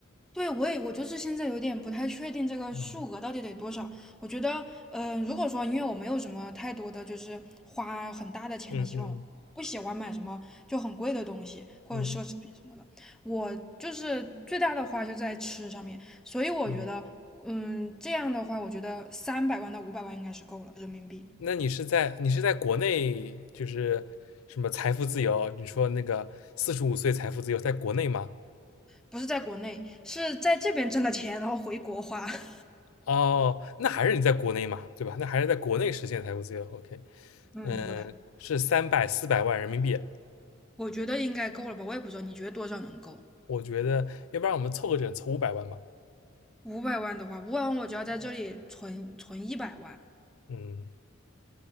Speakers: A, in the centre; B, on the left (about 80°).
A: 对，我也我就是现在有点不太确定这个数额到底得多少。
B: 嗯
A: 我觉得，嗯、如果说因为我没有什么太多的就是花很大的钱的习惯，
B: 嗯嗯
A: 不喜欢买什么就很贵的东西或者奢侈品什么的，
B: 嗯。
A: 我就是最大的花就在吃上面。所以我觉得，
B: 嗯
A: 嗯，这样的话，我觉得三百万到五百万应该是够了人民币，
B: 那你是在你是在国内就是什么财富自由？你说那个四十五岁财富自由，在国内吗？
A: 不是在国内，是在这边挣的钱然后回国花。<laughs>
B: 哦，那还是你在国内嘛，对吧？那还是在国内实现财富自由。OK，
A: 嗯，
B: 嗯，
A: 对，
B: 是三百四百万人民币，
A: 我觉得应该够了吧？我也不知道，你觉得多少能够？
B: 我觉得，要不然我们凑个整，凑五百万吧。
A: 五百万的话，五百万我就要在这里存存一百万，
B: 嗯，